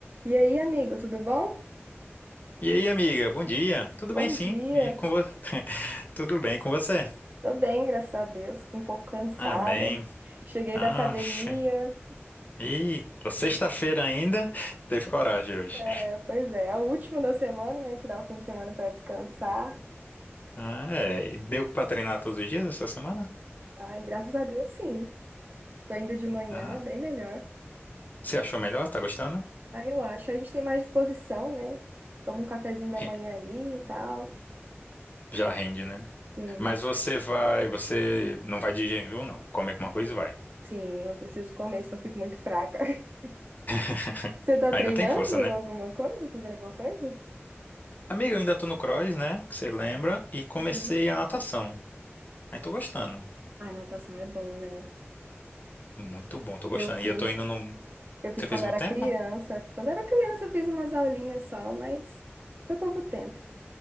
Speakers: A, on the right; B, on the left.
A: E aí, amigo, tudo bom?
B: E aí, amiga, bom dia. Tudo
A: Bom
B: bem, sim.
A: dia.
B: E com você? <laughs> Tudo bem com você?
A: Tô bem, graças a Deus. Fico Um pouco cansada.
B: Amém.
A: Cheguei
B: Oxe.
A: da academia.
B: Eita, sexta-feira ainda. Teve coragem hoje.
A: É, pois é, é o último da semana, né? Tirar o fim de semana para descansar.
B: Ah, é. E Deu pra treinar todos os dias essa semana?
A: Ai, graças a Deus, sim. Tô indo de manhã,
B: Ah.
A: bem melhor.
B: Você achou melhor? Tá gostando?
A: Ah, eu acho, a gente tem mais disposição, né? Toma um cafezinho da
B: Re-
A: manhã ali e tal.
B: Já rende, né?
A: Sim,
B: Mas você vai, você não vai de jejum, não. Come alguma coisa e vai.
A: sim, eu preciso comer, senão eu fico muito fraca. <laughs>
B: <laughs>
A: Você tá
B: Aí
A: treinando
B: não tem força, né?
A: alguma coisa? Fazendo alguma coisa?
B: Amiga, eu ainda tô no cross, né? Que você lembra. E comecei
A: Uhum.
B: a natação. Aí tô gostando.
A: Ai, natação é bom, né?
B: Muito bom, tô gostando.
A: Eu fiz
B: E eu tô indo no.
A: Eu fiz
B: Você
A: quando
B: fez muito
A: era
B: tempo?
A: criança. Quando era criança, eu fiz umas aulinhas só, mas foi pouco tempo.